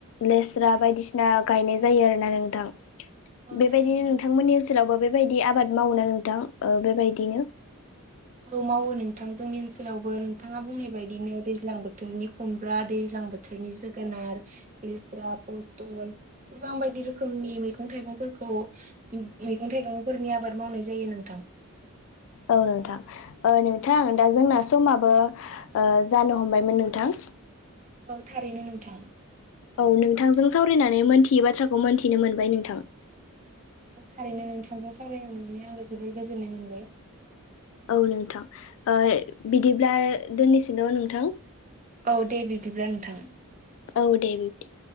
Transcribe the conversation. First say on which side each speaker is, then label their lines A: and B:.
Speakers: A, on the left; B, on the right.
A: लेस्रा बायदिसिना गायनाय जायो आरो ना नोंथां
B: औ
A: बेबायदिनो
B: थारैनो नोंथां
A: नोंथांमोननि ओनसोलावबो बे बेबायदि आबाद मावो ना नोंथां ओ बेबायदिनो
B: औ मावो नोंथां जोंनि ओनसोलावबो नोंथाङा बुंनाय बायदिनो दैज्लां बोथोरनि खुमब्रा दैज्लां बोथोर नि जोगोनार लेस्रा पथल गोबां बायदि रोखोमनि मैगं थाइगंफोरखौ मैगं थाइगंफोरनि आबाद मावनाय जायो नोंथां
A: औ नोंथां ओ नोंथां दा जोंना समाबो जानो हमबायमोन नोंथां
B: औ थारैनो नोंथां
A: औ नोंथांजों सावरायनानै मोनथियै बाथ्राखौ मोनथिनो मोनबाय नोंथां
B: थारैनो नोंथांजों सावरायनो मोननानै आंबो जोबोर गोजोननाय मोनबाय
A: औ नोंथां ओ बिदिब्ला दोननोसै न नोंथां
B: औ दे बिदिब्ला नोंथां
A: औ दे बिब्दि